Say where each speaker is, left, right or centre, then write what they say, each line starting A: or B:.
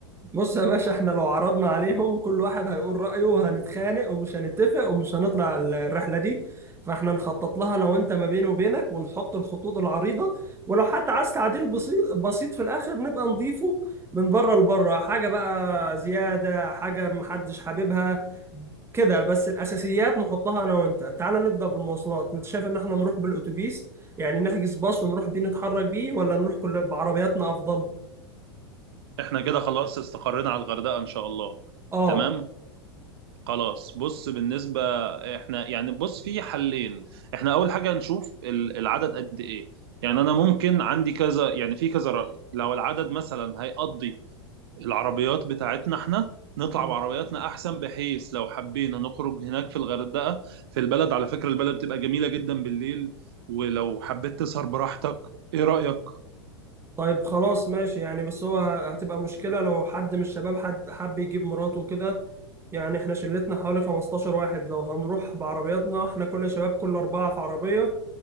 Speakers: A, on the right; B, on the right.
A: بص يا باشا احنا لو عرضنا عليهم كل واحد هيقول رايه وهنتخانق ومش هنتفق ومش هنطلع ال- الرحله دي فاحنا نخطط لها انا وانت ما بيني وبينك ونحط الخطوط العريضه ولو حد عايز تعديل بسيط بسيط في الاخر نبقى نضيفه من بره لبره حاجه بقى زياده حاجه محدش حاببها كده بس الاساسيات نحطها انا وانت تعال نبدا بالمواصلات انت شايف ان احنا نروح بالاتوبيس يعني نحجز باص ونروح بيه نتحرك بيه ولا نروح كل بعربياتنا افضل
B: احنا كده خلاص استقرينا على الغردقة ان شاء الله
A: اه
B: تمام خلاص بص بالنسبة احنا يعني بص في حلين احنا اول حاجة نشوف ال- العدد قد ايه يعني انا ممكن عندي كذا يعني في كذا رأي لو العدد مثلا هيقضي العربيات بتاعتنا احنا نطلع
A: مم.
B: بعربياتنا احسن بحيث لو حبينا نخرج هناك في الغردقة في البلد على فكرة البلد بتبقى جميلة جدا بالليل ولو حبيت تسهر براحتك ايه رأيك
A: طيب خلاص ماشي يعني بس هو ه- هتبقى مشكله لو حد من الشباب حد حب يجيب مراته وكده يعني احنا شلتنا حوالي 15 واحد لو هنروح بعربياتنا احنا كل شباب كل اربعه في عربيه